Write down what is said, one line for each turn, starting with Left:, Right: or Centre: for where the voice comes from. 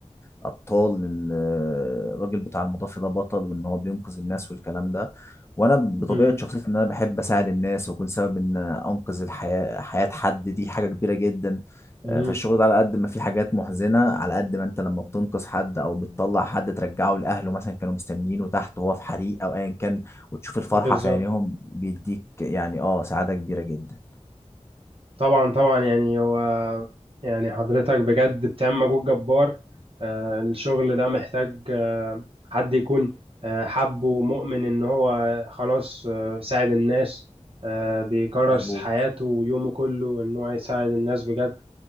Left: الأبطال إن آه، الراجل بتاع المطافي ده بطل وإن هو بينقذ الناس والكلام ده وأنا بطبيعة
Right: مهم.
Left: شخصيتي إن أنا بحب أساعد الناس وأكون سبب إن أنقذ الحياة حياة حد دي حاجة كبيرة جدا
Right: مهم.
Left: آه، فالشغل ده على قد ما في حاجات محزنة على قد ما أنت لما بتنقذ حد أو بتطلع حد ترجعه لأهله مثلا كانوا مستنيينه تحت وهو في حريق أو أيا كان وتشوف الفرحة
Right: بالظبط
Left: في عينيهم بيديك يعني اه سعادة كبيرة جدا
Right: طبعا طبعا يعني هو يعني حضرتك بجد بتعمل مجهود جبار آه، الشغل ده محتاج آه، حد يكون آه، حب ومؤمن ان هو خلاص آه، يساعد الناس آه، بيكرس
Left: مظبوط
Right: حياته ويومه كله ان هو يساعد الناس بجد